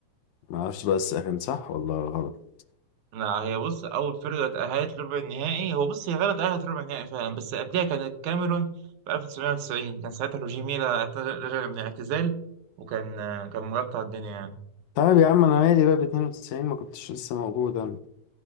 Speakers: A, on the left; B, on the right.
A: ما اعرفش بقى الس- كان صح ولا غلط
B: لا هي بص اول فرقه تاهلت لربع النهائي هو بص هي غلط تاهلت ربع النهائي فعلا بس قبلها كانت الكاميرون في 1990 كان ساعتها روجي ميلا اعتذر- رجع من الاعتزال وكان آه، كان مغطى الدنيا يعني
A: طيب يا عم انا مالي بقى ب 92 ما كنتش لسه موجود انا